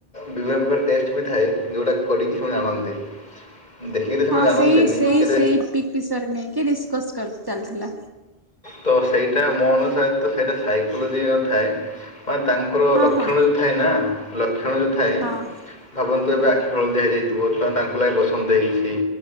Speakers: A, on the left (about 45°); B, on the right (about 20°).
A: ବିଭିନ୍ନ ପ୍ରକାର ଟେଷ୍ଟ ବି ଥାଏ ଯେଉଁଟା କରିକି ସେମାନେ ଆଣନ୍ତି। ଦେଖିକି ତ ସେ
B: ହଁ
A: ଜାଣନ୍ତିନି
B: ସେଇ ସେଇ
A: ତେବେ?
B: ସେଇ ପିକ୍ ବିଷୟରେ ନେଇକି ଡିସକସ୍ ଚାଲିଥିଲା
A: ତ ସେଇଟା ମୋ ଅନୁସାରେ ତ ସେଇଟା ସାଇକୋଲୋଜି ନ ଥାଏ। ମ ତାଙ୍କର
B: ହଁ
A: ଲକ୍ଷଣ
B: ହଁ
A: ଯେଉଁ ଥାଏ ନା ଲକ୍ଷଣ ଯେଉଁ ଥାଏ।
B: ହଁ
A: ଭାବନ୍ତୁ ଏବେ
B: ହୁଁ।
A: ଆଖି ହଳଦିଆ ହେଇଯାଇଛି। ତ ତାଙ୍କୁ ଲାଗି ବସନ୍ତ ହେଇଛି